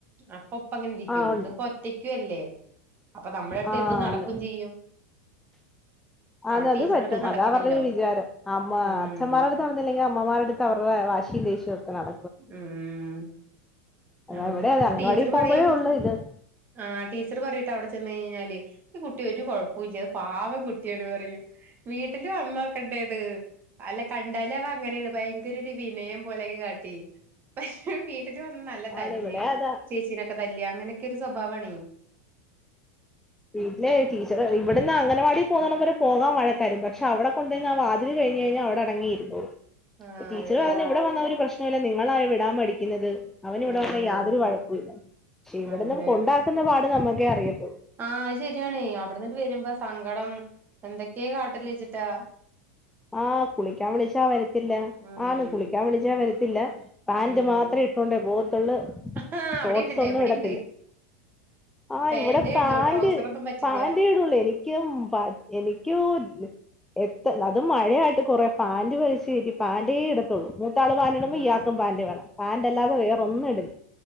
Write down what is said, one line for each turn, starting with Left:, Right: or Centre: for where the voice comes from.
Right: അപ്പൊപ്പ അങ്ങനെരിക്കും
Centre: ആഹ് ഉണ്ട്
Right: ഇത്പ്പൊറ്റക്ക്യുല്ലേ? അപ്പൊ നമ്മളെട്തെന്തും
Centre: ആഹ്
Right: നടക്കും ചെയ്യും.
Centre: ആന്ന്
Right: അവിടെ
Centre: അത്
Right: ടീച്ചറുടെ
Centre: പറ്റും
Right: അടുത്ത് നടക്കില്ലല്ലോ
Centre: അതാ അവർടൊരു വിചാരം അമ്മാ
Right: ഉം
Centre: അച്ഛന്മാരര് ത്ത് നടന്നിലെങ്കി അമ്മമാരെട്ത്ത അവർടെ വാശീം ദേശ്യൊക്കെ നട
Right: ഉം.
Centre: അതാ
Right: അങ്ങനെ
Centre: ഇവിടെ അതെ
Right: ന്ന്
Centre: അംഗൻവാടി
Right: ടീച്ചർ
Centre: പോകുമ്പോഴേ
Right: പറിയും
Centre: ഉള്ളൂ ഇത്
Right: ആഹ് ടീച്ചർ പറയുട്ടൊ അവടെ ചെന്നഴിഞ്ഞാല് ഈ കുട്ടി ഒരു കൊഴപ്പുല്ല അത് പാവം കുട്ട്യാണ് പറയും. വീട്ട്ല് വന്നോക്കണ്ടെത് അല്ല കണ്ടാലവ അങ്ങനെണ് ഭയങ്കരൊര് വിനയം പോലെക്കെ കാട്ടി പക്ഷെ വീട്ടില് വന്ന നല്ല തല്ല്
Centre: ആണ് ഇവിടെ അതാ
Right: ചേച്ചീനൊക്കെ തല്ലാ അങ്ങനെക്കൊരു സ്വഭാവാണ്.
Centre: വീട്ടില് ടീച്ചറ റിം ഇവട്ന്ന് അംഗലവാടി പോകണം വരെ പോകാൻ വഴക്കാര് പക്ഷെ അവ്ടെ കൊണ്ട് ണ്ട് ആ വാതിൽ കഴിഞ്ഞഴിഞ്ഞാ അവടെ അടങ്ങിയിര്ന്നോളും.
Right: ആഹ്
Centre: ടീച്ചർ
Right: അതെല്ലേ
Centre: പറയുന്നെ ഇവടെ വന്നാ ഒരു പ്രശ്നുല്ല നിങ്ങളായ് വിടാൻ മടിക്ക്ന്നത്. അവന് ഇവടെ
Right: ആഹ്
Centre: വന്നാ യാതൊരു വഴക്കുല്ല പക്ഷെ ഇവടന്നണ്ട്
Right: അതെ
Centre: കൊണ്ടാക്ക്ന്ന പാട് നമ്മക്കേ അറിയത്തൊള്ളൂ.
Right: ആഹ് അത് ശര്യാണെ അവ്ട്ന്ന്ട്ട് വെരുമ്പോ സങ്കടം എന്തൊക്കെ കാട്ടല്ച്ചിട്ടാ.
Centre: ആഹ് കുളിക്കാൻ വിളിച്ചാ വരത്തില്ല
Right: ഉം
Centre: ആണ് കുളിക്കാൻ വിളിച്ചാ വരത്തില്ല പാന്റ്
Right: ഉം
Centre: മാത്രേ ഇ ട്ടോണ്ടെ പോവത്ത്ള്ള്
Right: ആഹ്
Centre: ഷോട്സൊന്നും
Right: അവിടെയുണ്ടല്ലേ ഇവിടെയുണ്ട്
Centre: ഇടത്തില്ല. ആഹ്
Right: പാന്റ്
Centre: ഇവടെ പാന്റ്
Right: ഇടൂ ട്രൗസർ ഒന്നും പറ്റില്ല
Centre: പാന്റേടൊള്ളെനി ക്ക്യും പ എനിക്ക്യും എത്ത അതും മഴയായിട്ട് കൊറെ പാന്റ് വല്ച്ച് കേറ്റി പാന്റേട ത്തൊള്ളൂ മൂത്താള് പാന്റ് ട്മ്പോ
Right: ആഹ്
Centre: ഇയക്കും പാന്റ് വേണം പാന്റല്ലാതെ വേറൊന്നുടില്ല